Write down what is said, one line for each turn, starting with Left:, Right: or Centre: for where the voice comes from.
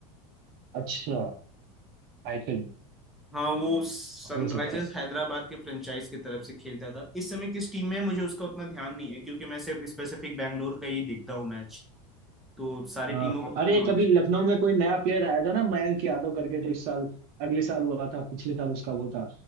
Right: अच्छा आईपीएल में
Centre: हाँ वो सनराइजर्स
Right: हो सकता है
Centre: हैदराबाद के फ्रेंचाइज की तरफ से खेलता था इस समय किस टीम में है, मुझे उसका उतना ध्यान नहीं है क्योंकि मैं सिर्फ स्पेसिफिक बैंगलोर का ही देखता हूँ मैच तो सारी
Right: अ,
Centre: टीमों का
Right: अरे
Centre: उतना नॉलेज
Right: कभी
Centre: नहीं
Right: लखनऊ में कोई नया प्लेयर आया था ना मयंक यादव करके जो इस साल अगले साल हुआ था पिछले साल उसका वो था